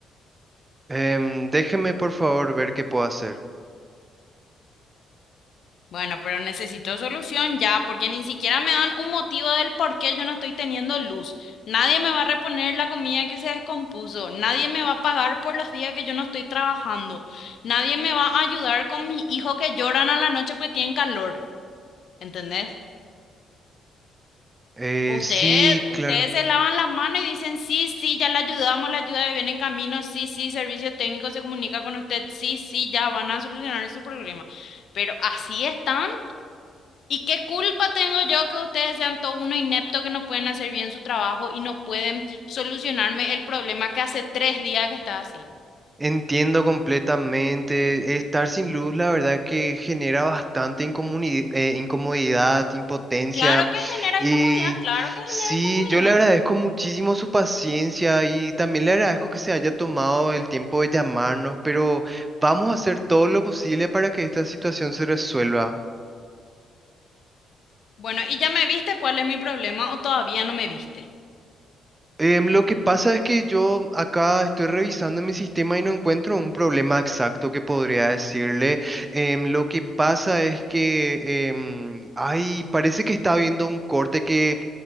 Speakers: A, on the right; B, on the left.
A: Em, déjeme, por favor, ver qué puedo hacer.
B: Bueno, pero necesito solución ya, porque ni siquiera me dan un motivo del por qué yo no estoy teniendo luz. Nadie me va a reponer la comida que se descompuso. Nadie me va a pagar por los días que yo no estoy trabajando. Nadie me va a ayudar con mis hijos que lloran a la noche porque tienen calor. ¿Entendés?
A: Eh,
B: Ustedes,
A: sí, claro.
B: ustedes se lavan las manos y dicen, sí, sí, ya la ayudamos, la ayuda viene en camino, sí, sí, servicio técnico se comunica con usted, sí, sí, ya van a solucionar su problema. Pero así están. ¿Y qué culpa tengo yo que ustedes sean todo uno inepto que no pueden hacer bien su trabajo y no pueden solucionarme el problema que hace tres días que está así?
A: Entiendo completamente. Estar sin luz, la verdad que genera bastante incomuni- eh, incomodidad, impotencia.
B: Claro que genera
A: Y
B: incomodidad, claro que
A: sí,
B: genera incomodidad.
A: yo le agradezco muchísimo su paciencia y también le agradezco que se haya tomado el tiempo de llamarnos, pero vamos a hacer todo lo posible para que esta situación se resuelva.
B: Bueno, ¿y ya me viste cuál es mi problema o todavía no me viste?
A: Em, lo que pasa es que yo acá estoy revisando mi sistema y no encuentro un problema exacto que podría decirle. Em, lo que pasa es que, em, ay, parece que está habiendo un corte que